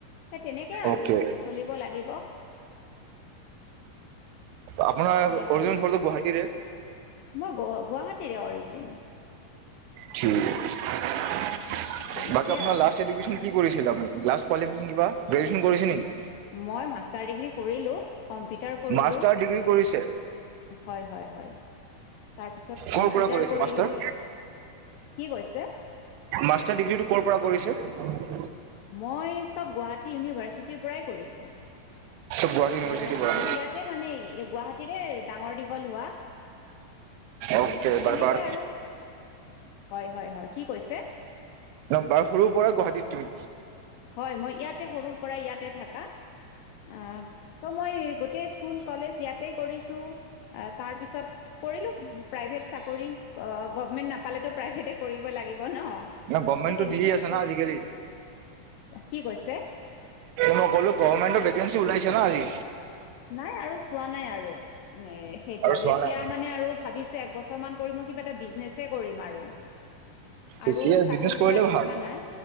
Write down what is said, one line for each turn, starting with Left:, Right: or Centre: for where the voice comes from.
Left: সেই তেনেকে আৰু
Right: অকে
Left: চলিব লাগিব।
Right: আপোনাৰ
Left: সেয়া
Right: অৰজিনেল
Left: আৰু।
Right: ঘৰটো গুৱাহাটীৰে।
Left: মই গ গুৱাহাটীৰে অৰিজিন।
Right: ঠিক <unintelligible>
Left: তেনেকে
Right: বাকী আপোনাৰ
Left: আৰু।
Right: লাষ্ট এডুকেশ্যন কি কৰিছিলে আপোনি। লাষ্ট কোৱালিফিকেচন কিবা। গ্ৰেজুৱেশ্যন কৰিছে নেকি
Left: মই মাষ্টাৰ ডিগ্ৰী কৰিলো। কম্পিউটাৰ কৰিলো।
Right: মাষ্টাৰ ডিগ্ৰী কৰিছে,
Left: হয়, হয়, হয়। তাৰপিছত কম্পিউটাৰ
Right: ক'ৰ পৰা কৰিছে
Left: কৰিলোঁ।
Right: মাষ্টাৰ,
Left: কি কৈছে?
Right: মাষ্টাৰ ডিগ্ৰীটো ক'ৰ পৰা কৰিছে। <inaudible>
Left: মই চব গুৱাহাটী ইউনিভাৰ্ চিটিৰ পৰাই কৰিছো।
Right: গুৱাহাটী ইউনিভাৰ্চিটিৰ
Left: ইয়াৰে <unintelligible>
Right: পৰা
Left: মই ইয়াতে মানে গুৱাহাটীৰে ডাঙৰ দীঘল হোৱা ত'
Right: অকে বাৰ
Left: তেনেকে
Right: বাৰ
Left: আৰু হয় হয়-হয় কি কৈছে?
Right: বাৰ সৰুৰ পৰাই গুৱাহাটীত তুমি
Left: হয় মই ইয়া ইয়াতে সৰুৰ পৰাৰ ইয়াতে থাকা। অঁ, ত মই গোটেই স্কুল কলেজ ইয়াতে কৰিছো, অঁ তাৰ পিছত কৰিলো প্ৰাইভেট চাকৰি গভমেন্ট নাপালেতটো প্ৰাইভেটে কৰিব লাগিব। ন'।
Right: ন গভমেণ্টটো
Left: সেই তেনেকে
Right: দিয়ে আছে
Left: ক-
Right: না আজিকালি।
Left: কি কৈছে?
Right: মই ক'লো গভমেন্টৰ ভেকেঞ্চি ওলাইছে না আজি।
Left: নাই আৰু চোৱা নাই আৰু। এ সেইটো আৰু
Right: চোৱা
Left: এতিয়া
Right: নাই
Left: মানে আৰু ভাবিছে এবছৰ মান কৰি মই কিবা এটা বিজনেছ এ কৰিম আৰু। আৰু
Right: এতিয়া
Left: চাকৰি
Right: বিজনেছ কৰিলে
Left: কৰাৰ ইচ্ছা
Right: ভাল
Left: নাই।